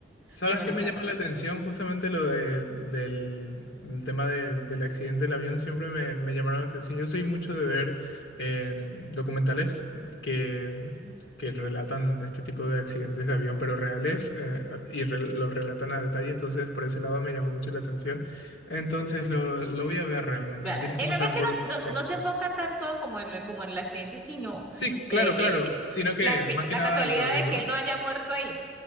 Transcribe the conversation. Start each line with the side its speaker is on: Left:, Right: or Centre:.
Left: ¿Sabes
Centre: Y analizarla.
Left: qué me llama la atención? Justamente lo de- del, el tema de- del accidente del avión siempre me, me llamaron la atención. Yo soy mucho de ver en documentales que, que relatan este tipo de accidentes de avión, pero reales, eh, a- y re- lo relatan a detalle, entonces por ese lado me llamó mucho la atención. Entonces lo, lo voy a ver realmente,
Centre: Véala.
Left: me tienes
Centre: Eh,
Left: que
Centre: realmente
Left: pasar por,
Centre: no,
Left: por
Centre: no- no
Left: WhatsApp.
Centre: se enfoca tanto en como en, lo- como en el accidente, sino
Left: Sí, claro,
Centre: eh,
Left: claro,
Centre: eh,
Left: sino que
Centre: la, que-
Left: más
Centre: la
Left: que nada
Centre: casualidad
Left: lo digo.
Centre: de que él no haya muerto ahí.